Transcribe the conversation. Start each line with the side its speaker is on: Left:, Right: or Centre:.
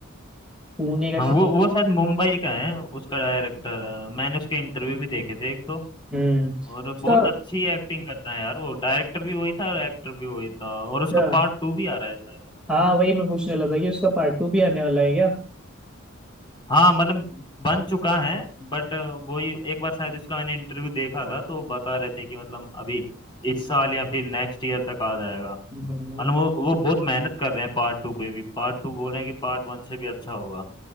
Centre: पुणे का
Left: हाँ
Centre: शि-
Left: वो वो शायद मुंबई का है उसका डायरेक्टर मैंने उसके इंटरव्यू भी देखे थे एक दो
Centre: हम्म
Left: और बहुत
Centre: उसका
Left: अच्छी एक्टिंग करता है यार वो डायरेक्टर भी वही था और एक्टर भी वही था और
Centre: अच्छा,
Left: उसका पार्ट टू भी आ रहा है शायद
Centre: हाँ वही मैं पूछने वाला था कि उसका पार्ट टू भी आने वाला है क्या
Left: हाँ मतलब बन चुका है बट वही एक बार शायद इसका मैंने इंटरव्यू देखा था तो बता रहे थे कि मतलब अभी इस साल या फिर नेक्स्ट ईयर तक आ जाएगा
Centre: हम्म।
Left: मतलब वो वो बहुत मेहनत कर रहे हैं पार्ट टू पे भी पार्ट टू बोल रहे हैं कि पार्ट वन से भी अच्छा होगा